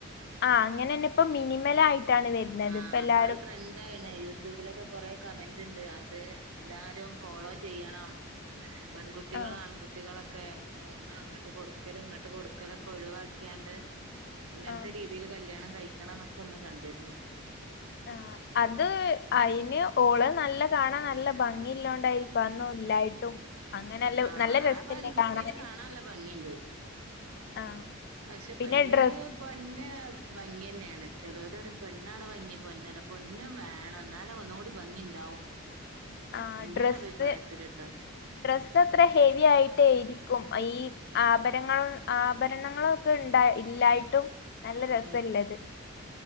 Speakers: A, on the left; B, on the right.
A: ആ അങ്ങനെന്നെ ഇപ്പ മിനിമലായിട്ടാണ് വരുന്നത്
B: ആഹ്
A: ഇപ്പ എല്ലാരും
B: അപ്പൊ അത് ട്രെൻഡ ആണ് യൂ ട്യൂബിലൊക്കെ കൊറെ കമന്റ് ഇണ്ട് അത് എല്ലാരും ഫോളോ ചെയ്യണം പെൺകുട്ടികള്
A: ആഹ്
B: ആൺകുട്ടികളൊ ഒക്കെ സ്വർണം അങ്ങോട്ട് കൊടുക്കല് ഇങ്ങോട്ട് കൊടുക്കലൊക്കെ ഒഴിവാക്കിയാണ്ട് ഇങ്ങനത്തെ
A: ആഹ്
B: രീതി രീതിയില് കല്യാണം കഴിക്കണം എന്നൊക്കെ ഒന്ന് കണ്ടിരുന്നു
A: ആ അത് അയിന് ഓള് നല്ല കാണാൻ നല്ല ഭംഗി ഇല്ലോണ്ടായിരിക്കും ഒന്നും ഇല്ലായിട്ടും അങ്ങനെല്ല
B: ആഹ്
A: നല്ല രസല്ലേ
B: ആ പെൺകുട്ടീനെ
A: കാണാന്
B: കാണാനല്ല ഭംഗിയ്ണ്ട്
A: ആഹ്
B: ക്ഷെ
A: പിന്നെ
B: പെണ്ണിന്
A: ഡ്രസ്
B: പൊന്ന് ഭംഗി തന്നെയാണ് ചിലോര് പറയും പെണ്ണാണ് ഭംഗി പൊന്ന അല്ല പൊന്നും വേണം എന്നാല് ഒന്ന് കൂടി ഭംഗി ഇണ്ടാവും
A: ആഹ്
B: എന്റെ
A: ഡ്രസ്സ്
B: ഒര് അഭിപ്രായത്തില്ട്ടോ
A: ഡ്രസ്സ് അത്ര ഹെവി ആയിട്ടേ ആയിരിക്കും ഈ ആഭരങ്ങൾ ആഭരണങ്ങൾ ഒക്കെ ഉണ്ടാ ഇല്ലായിട്ടും നല്ല രസല്ലത്
B: ഉം.